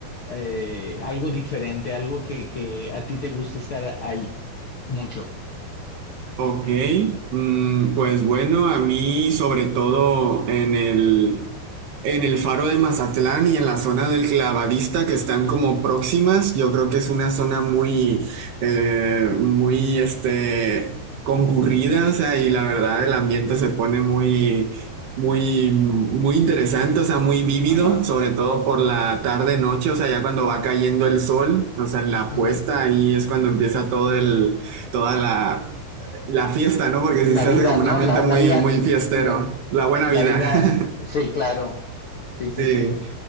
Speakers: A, on the left; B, on the right.
A: eh, algo diferente, algo que, que a ti te gusta estar ahí mucho.
B: Ok, mm, pues bueno, a mí sobre todo en el, en el Faro de Mazatlán y en la zona del Clavadista que están como próximas, yo creo que es una zona muy, eh, muy, este, concurrida, o sea, y la verdad el ambiente se pone muy, muy, muy interesante, o sea, muy vívido,
A: Ajá.
B: sobre todo por la tarde-noche, o sea, ya cuando va cayendo el sol, o sea, en la
A: ujú.
B: puesta, ahí es cuando empieza todo el, toda la la fiesta, ¿no? Porque sí
A: La
B: se
A: vida,
B: hace como un
A: ¿no?
B: ambiente
A: La,
B: muy,
A: la vida,
B: muy fiestero.
A: la,
B: La buena
A: la
B: vida.
A: vida,
B: <laughs>
A: sí, claro. Sí, sí,
B: Sí,
A: sí.